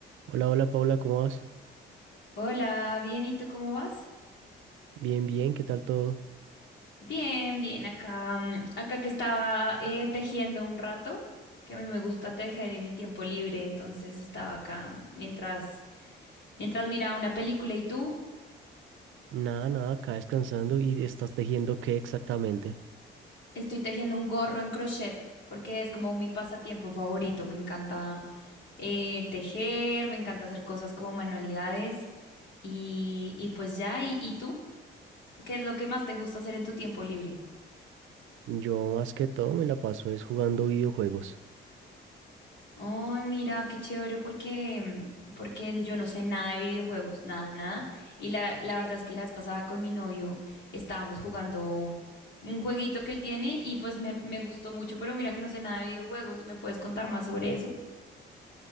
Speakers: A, on the right (about 80°); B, on the left (about 65°).
A: Hola, hola Paula, ¿cómo vas?
B: Hola, bien, ¿y tú cómo vas?
A: Bien, bien, ¿qué tal todo?
B: Bien, bien, acá, mm, acá que estaba eh, tejiendo un rato, que a mí me gusta tejer en mi tiempo libre, entonces estaba acá mientras, mientras miraba una película y tú,
A: Nada, nada, acá descansando y estás tejiendo qué exactamente.
B: estoy tejiendo un gorro en crochet, porque es como mi pasatiempo favorito, me encanta eh, tejer, me encanta hacer cosas como manualidades y, y pues ya, ¿y, y tú? ¿Qué es lo que más te gusta hacer en tu tiempo libre?
A: Yo más que todo me la paso es jugando videojuegos.
B: Ay, mira, qué chévere porque, porque yo no sé nada de videojuegos, nada, nada. Y la, la verdad es que la vez pasada con mi novio estábamos jugando un jueguito que él tiene y pues me, me gustó mucho, pero mira que no sé nada de videojuegos. ¿Me puedes contar más sobre eso?